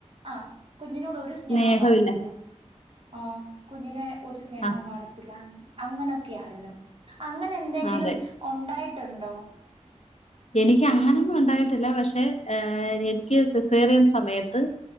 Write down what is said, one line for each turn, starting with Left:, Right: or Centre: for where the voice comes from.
Right: ആ കുഞ്ഞിനോട് ഒരു സ്നേഹം
Left: സ്നേഹമില്ല.
Right: കാണത്തില്ല ആ കുഞ്ഞിനെ ഒരു സ്നേഹം
Left: ആഹ്
Right: കാണത്തില്ല അങ്ങനൊക്കെയായിരുന്നു അങ്ങനെ എന്തെങ്കിലും
Left: അതെ.
Right: ഉണ്ടായിട്ടുണ്ടോ
Left: എനിക്ക് അങ്ങനൊന്നും ഉണ്ടായിട്ടില്ല പക്ഷെ എനിക്ക് സിസേറിയൻ സമയത്ത്